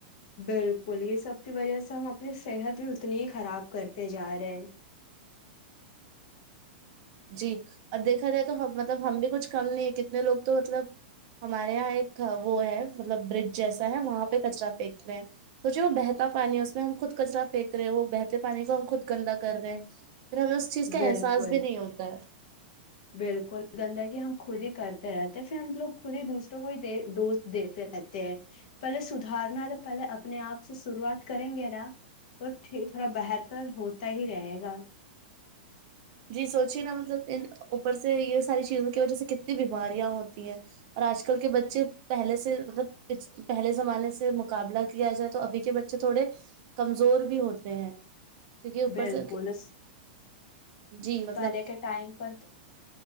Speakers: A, on the left; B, on the right.
A: بالکل یہ سب کی وجہ سے ہم اپنی صحت بھی اتنی ہی خراب کرتے جا رہے ہیں
B: جی اور دیکھا جائے تو مطلب ہم بھی کچھ کم نہیں ہے کتنے لوگ تو مطلب ہمارے یہاں ایک وہ ہے مطلب برج جیسا ہے وہاں پہ کچرا پھینکتے ہیں سوچے وہ بہتا پانی ہے اس میں ہم خود کچرا پھینک رہے ہیں وہ بہتے پانی کو ہم خود گندا کر رہے ہیں پھر ہمیں اس چیز کا
A: بالکل
B: احساس بھی نہیں ہوتا ہے
A: بالکل گندگی ہم خود ہی کرتے رہ پھر ہم لوگ خود ہی دوسروں کو ہی دوست دتے رہتے ہیں پہلے سدھارنا پہلے اپنے آپ سے شروعات کریں گے نا تو ٹھیک تھوڑا بہتتر ہوتا ہی رہے گا
B: جی سوچے نا مطلب ان اوپر سے یہ ساری چیزوں کی وجہ سے کتنی بیماریاں ہوتی ہیں اور آج کل کے بچے پہلے سے مطلب پہلے زمانے سے مقابلہ کیا جائے تو ابھی کے بچے تھوڑے کمزور بھی ہوتے ہیں کیونکہ اوپر
A: بالکل
B: سے
A: اس-
B: جی مطلب
A: پہلے کے ٹائم پر